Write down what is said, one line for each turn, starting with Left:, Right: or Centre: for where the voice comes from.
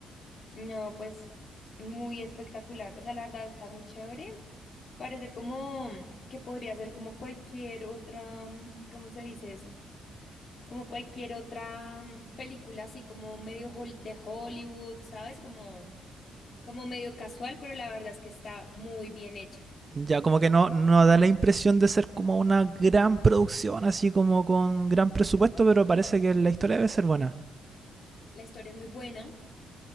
Left: No, pues muy espectacular, o sea, la verdad está muy chévere. Parece como mm, que podría ser como cualquier otra, mm, ¿cómo se dice eso? Como cualquier otra mm, película así como medio hol- de Hollywood, ¿sabes? Como, como medio casual, pero la verdad es que está muy bien hecha.
Right: Ya, como que no, no da la impresión de ser como una gran producción, así como con gran presupuesto, pero parece que la historia debe ser buena.
Left: La historia es muy buena